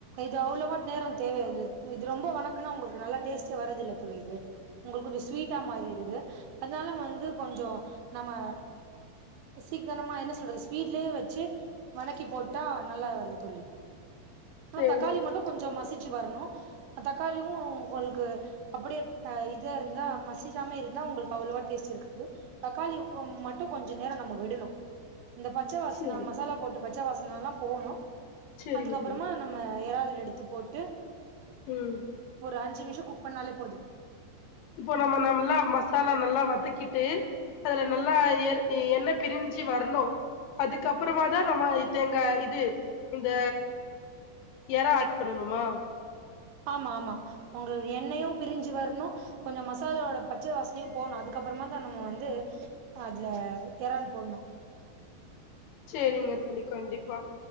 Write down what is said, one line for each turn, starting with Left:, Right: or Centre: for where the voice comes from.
Right: இது அவ்ளோவ நேரம் <unintelligible> இது ரொம்ப வணக்குனா உங்களுக்கு நல்லா டேஸ்ட்டே வரது இல்ல தோழி இது உங்களுக்கு கொஞ்சம் ஸ்வீட்டா மாறிடுது அதனால வந்து கொஞ்சம் நம்ம சிக்கனமா என்ன சொல்றது ஸ்பீடுலயே வச்சு வணக்கி போட்டு டா. நல்லா வருது தோழி ஆ
Left: சேரிங்க
Right: தக்காளி மட்டும் கொஞ்ச மசுச் மசிச்சு வரணும் தக்காளியும் உங்களுக்கு அப்படியே ஆ.. இத இருந்தா மசிச்சாம இருந்தா உங்களுக்கு அவ்ளோவ டேஸ்ட் இருக்காது தக்காளி மட்டும் கொஞ்ச நேரம் நம்ம விடணும் இந்த பச்ச வாசன
Left: சேரி
Right: மசாலா போட்டு பச்ச வாஸ் னாலாம் போணும்
Left: சேரிங்க
Right: அதுக்கப்றமா
Left: தோழி
Right: நம்ம எறால் எடுத்து போட்டு
Left: உம்
Right: அஞ்சி நிமிஷம் குக் பண்ணாலே போது
Left: இப்போ நம்ம நம்மல்லா மசாலா நல்லா வதக்கி க்கிட்டு அதுல நல்லா எ எண்ணெய பிரிஞ்சு வரணும் அதுக்கப்புறம தான் நம்ம தேங்கா இது இந்த ஏறா ஆட் பண்ணணுமா
Right: ஆமா ஆமா உங்க எண்ணெயும் பிரிஞ்சு வரணும் கொஞ்சம் மசாலாவோட பச்ச வாசனையும் போணும் அதுக்கப்புறமா தான் நம்ம வந்து அதுல எறால் போடணும்
Left: செரிங்க தோழி கண்டிப்பா